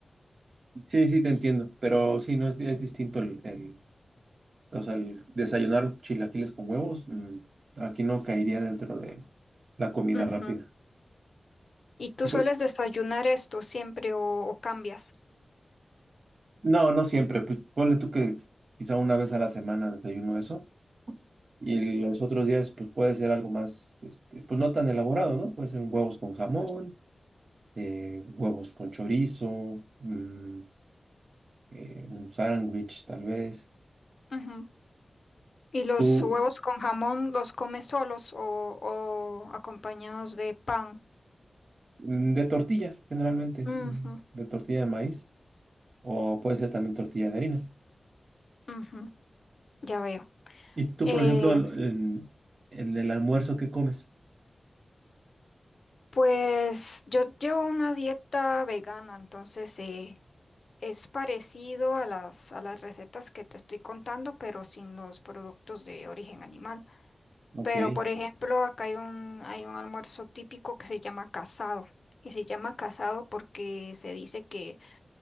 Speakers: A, on the right; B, on the left.
A: Sí, sí, te entiendo, pero sí, no es, es distinto el, el- o sea, el desayunar chilaquiles con huevos, mm, aquí no caería dentro de la comida
B: Ujú.
A: rápida.
B: ¿Y tú
A: Y, pues,
B: sueles desayunar esto siempre o, o cambias?
A: no, no siempre, pues ponle tú que quizá una vez a la semana desayuno eso, y los otros días pues puede ser algo más, este, pues no tan elaborado, ¿no? Puede ser huevos con jamón eh, huevos con chorizo, mm, eh, un sándwich tal vez.
B: Ujú. ¿Y los
A: Tú,
B: huevos con jamón los comes solos o, o acompañados de pan?
A: mm, de tortilla, generalmente,
B: Ujú,
A: mm, de tortilla de maíz, o puede ser también tortilla de harina.
B: ujú, Ya veo.
A: Y tú,
B: Eh,
A: por ejemplo, el- en, en el almuerzo, ¿qué comes?
B: pues yo llevo una dieta vegana, entonces eh, es parecido a las, a las recetas que te estoy contando, pero sin los productos de origen animal.
A: Ok.
B: Pero, por ejemplo, acá hay un, hay un almuerzo típico que se llama casado. Y se llama casado porque se dice que